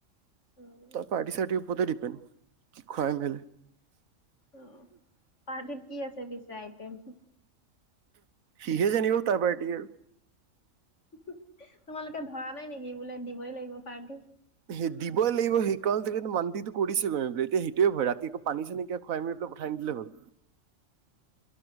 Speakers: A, on the left; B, on the right.
A: উম,
B: তই পাৰ্টি চাৰ্টি পতে ডিপেণ্ড কি খুৱাই মেলে
A: অ পাৰ্টিত কি আছে পিছে আইটিয়েম
B: সিহে জানিব তাৰ পাৰ্টি আৰু।
A: তোমালোকে ধৰা নাই নেকি বোলে দিবই লাগিব পাৰ্টি
B: সেই দিবই লাগিব সেইকাৰণে মানিটো কৰিছিলো এহ এতিয়া সেইটোৱে ভয় ৰাতি আকৌ পানী চানী কে খুৱাই‌ মেলি পঠাই নিদিলে হ'ল